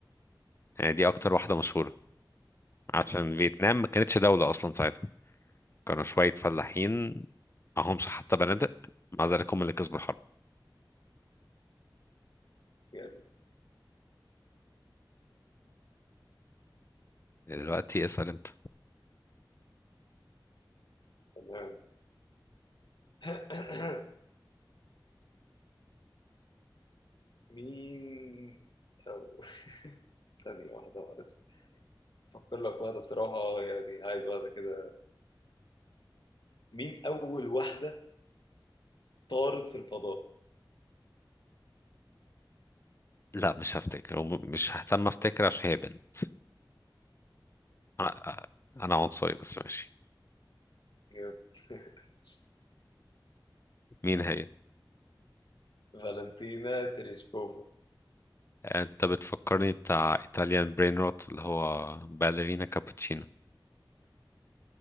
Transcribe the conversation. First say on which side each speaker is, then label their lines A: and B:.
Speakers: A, on the left; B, on the left.
A: يعني دي اكتر واحدة مشهورة عشان فيتنام ما كانتش دولة اصلا ساعتها كانوا شوية فلاحين معهمش حتى بنادق مع ذلك هم اللي كسبوا الحرب
B: يعني
A: دلوقتي اسأل انت
B: تمام <coughs> مين أو... ثانية واحدة معلش أفكر لك واحدة بصراحة يعني عايز واحدة كده مين أول واحدة طارت في الفضاء؟
A: لا مش هفتكر وم- مش ههتم افتكر عشان هي بنت آه، انا عنصري بس ماشي
B: جامد. <laughs>
A: مين هي
B: فالنتينا تريشكوفا
A: انت بتفكرني بتاع ايطاليان برين روت اللي هو باليرينا كابوتشينو